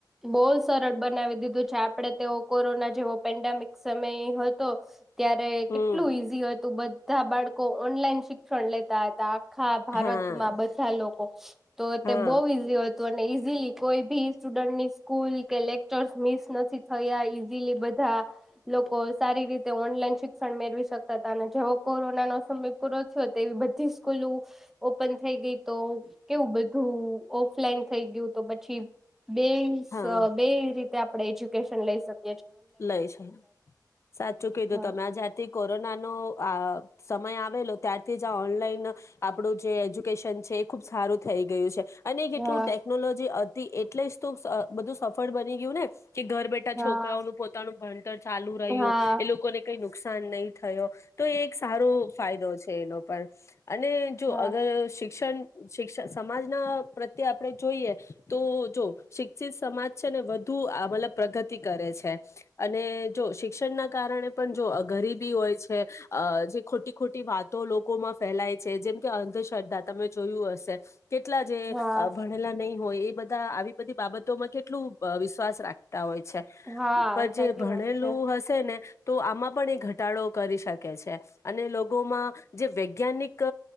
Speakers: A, in the centre; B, on the left.
A: બહુ સરળ બનાવી દીધું છે આપડે તેઓ કોરોના જેવો પેન્ડેમિક સમય તોફ ત્યારે
B: હમ
A: કેટલું ઈઝી હતું બધ તા બાળકો ઓનલાઈન શિક્ષણ લેતા હતા આખા ભારતમાં
B: હા
A: બધા લોકો તો
B: હા
A: તે બહુ ઈજી અને ઈઝીલી કોઈ બી સ્ટુડન્ટની સ્કૂલ કે લેકચર્સ મિસ નથી થયા ઈઝીલી બધા હા લોકો સારી રીતે તે ઓનલાઈન શિક્ષણ મેળવી શકતા હતા અને જેવો કોરોના નો સમય પૂરો થયો તેવી બધી સ્કૂલ ઓપન થઈ ગઈ તો કેવું બધું ફ્લેન થઈ ગયું તો પછી બે
B: હા
A: બે રીતે તે આપણે એજ્યુકેશન લઈ શકી
B: લઈ છે સાચું કીધું
A: હા
B: તમે આ જાથી કોરોના નો આ સમય આવેલો ત્યારથી જ આ ઓનલાઈન આપણું જે એજ્યુકેશન છે એ ખુબ સારું થઈ ગયું છે અને કેટલું
A: હા
B: ટેકનોલોજી હતી એ એટલે જ તો બધું સફળ બની ગયું ને કે ઘર બેઠા
A: હા
B: છોકરાઓનું પોતાનું ભણતર ચાલુ રહ્યું
A: હા
B: એ લોકોને કઈ નુકસાન નઈ થયો. તો એ એક સારો ફાયદો છે. એ લોકો પર અને જો
A: હા
B: અગર શિક્ષણ શિક્ષણ સમાજના પ્રત્યે આપડે જોઈએ તો જો શિક્ષિત સમાજ છે ને વધુ અ મતલબ પ્રગતિ કરે છે. અને જો શિક્ષણના કારણે પણ જો ગરીબ બી હોય છે. અ જે ખોટી-ખોટી વાતો લોકોમાં ફેલાય છે. જેમ કે અંધશ્ર્ધા તમે જોયું હશે. કેટલા જે
A: હા
B: ભણેલા નહીં હોય એ બધા આવી બધી બાબતોમાં કેટલું વિશ્વાસ રાખતા હોય છે.
A: હા
B: જે
A: સાચી
B: ભણેલું
A: વાત છે
B: હશે ને તો આમાં પણ એ ઘટાડો કરી શકે છે. અને લોકોમાં જે વૈજ્ઞાનિક